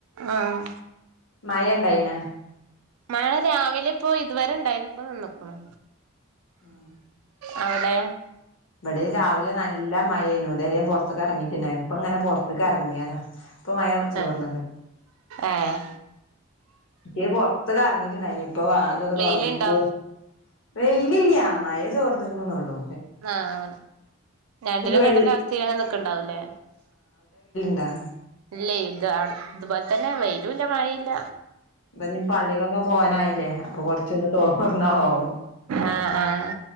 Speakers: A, on the right; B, on the left.
A: ആഹ്
B: മഴ ഇണ്ടായിന
A: മഴെ രാവിലെ ഇപ്പോ ഇതുവരെ ഇണ്ടായിനു ഇപ്പ നിന്ന്ക്ക്ണു
B: ആഹ്
A: അവിടെ
B: ഇവെടീം രാവിലെ നല്ല മഴേനും ഓൻ ഇതരെ പൊറത്ത് എറങ്ങീട്ട്ല്ല ഇപ്പ ഇങ്ങനെ പൊറത്തക്കറക്കി മുങ്ങ്യേത ഇപ്പൊ മഴാ ചോർന്നത്
A: ആഹ് ഏഹ്
B: ഇക്ക കറങ്ങീട്ടുണ്ടായിന്നു ഇപ്പം വാതിക്കെ
A: വെയിലുണ്ടോ
B: തുറന്നേക്കു വെയിലില്ല മഴ ചോർന്നി -ക്കുനന്നേയുള്ളൂ
A: ആഹ് രണ്ടിനും
B: വെയിൽ
A: കേട്ടരവസ്ഥയിൽ ഇങ്ങനെ നിക്ക്ണ്ടാവൂല്ലേ
B: ലിണ്ടാ?
A: ഇല്ലേ ഇത് അവ്ടത്തെ <unintelligible> ഇതുപോലെത്തന്നെ വെയിലും ഇല്ല മഴേ ഇല്ല
B: ഇപ്പൊ പള്ളിക്കൊക്കെ പോവാനായില്ലേ അപ്പൊ കൊറച്ചൊന്ന് തോർന്ന പോവും
A: ആഹ് ആഹ്